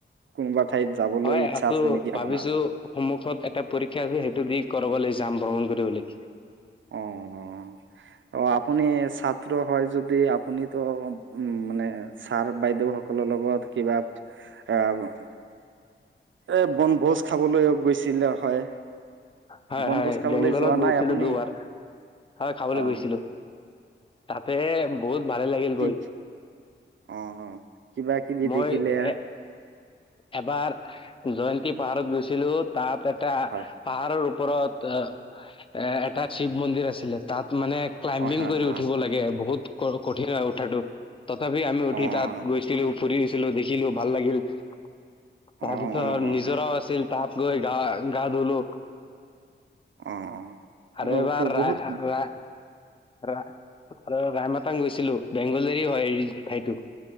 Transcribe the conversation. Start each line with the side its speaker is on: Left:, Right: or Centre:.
Right: কোনোবা ঠাইত যাবলৈ
Left: হয়
Right: ইচ্ছা
Left: আছো
Right: আছে নেকি
Left: ভাবিছো
Right: আপোনাৰ
Left: সন্মুখত এটা পৰীক্ষা আছে সেইটো দি কৰাব লাগি। যাম ভ্ৰমণ কৰিবলৈ।
Right: অ - অ। অ, আপুনি ছাত্ৰ হয় যদি আপুনিতো উ, মানে ছাৰ বাইদেউসকলৰ লগত ঘৰত কিবাত আহ, এ বনভোজ খাবলৈ গৈছিলে হয়।
Left: হয়
Right: বনভোজ
Left: - হয়
Right: খাবলৈ
Left: বেংগলত
Right: যোৱা
Left: গৈছিলো
Right: নাই আপুনি
Left: দুবাৰ আৰু চাবলৈ
Right: অ
Left: গৈছিলো। তাতে বহুত ভালে লাগিল
Right: কি
Left: গৈ।
Right: অ, কিবা কিবি
Left: মই
Right: দেখিলে।
Left: এ এবাৰ জয়ন্তী পাহাৰত গৈছিলো তাত এটা
Right: হয়
Left: পাহাৰৰ। ওপৰত এ এটা শিৱ মন্দিৰ আছিলে তাত। মানে ক্লাইম্বিং
Right: অ' হা
Left: কৰি
Right: হা
Left: উঠিব লাগে বহুত ক কঠিন হয় উঠাটো। তথাপি আমি উঠি
Right: অ'
Left: তাত গৈছিলো ফুৰিছিলো দেখিলো ভাল লাগিল তাহ
Right: অ'
Left: ধ
Right: অ'
Left: নিজৰাও আছিল তাত গৈ গা - গা ধুলো।
Right: অ - অ।
Left: আৰু এবাৰ
Right: তো
Left: ৰা
Right: বহুত
Left: - ৰা ৰা আৰু ৰাই মাতং গৈছিলো বেংগলি হয় সেইতো